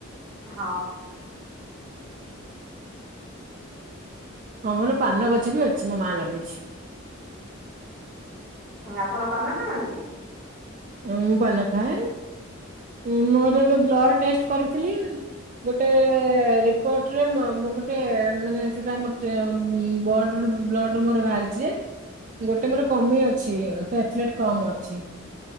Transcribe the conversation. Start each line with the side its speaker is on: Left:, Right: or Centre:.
Centre: ହଁ।
Right: ଆମର ପାନ ଗଛ ବି ଅଛି ମୋ ମା ଲାଗେଇଚି।
Centre: ହୁଁ ଆପଣ ଖାଆନ୍ତି?
Right: ମୁଁ ପାନ ଖାଏ ଉଁ ମୋର ଏବେ ବ୍ଲଡ଼୍ ଟେଷ୍ଟ୍ କରିଥିଲି ଗୋଟେ ରିପୋଟ୍ ରେ ମୋ ମୋ ଗୋଟେ ମାନେ ଯୋଉଟା ଆମ ଟେ ବଡ଼୍ ରୁ ବ୍ଲଡ଼ ରୁ ମୋର ବାହାରିଚି। ଗୋଟେ ମୋର କମି ଅଛି ପେଟଲେଟ୍ କମ ଅଛି।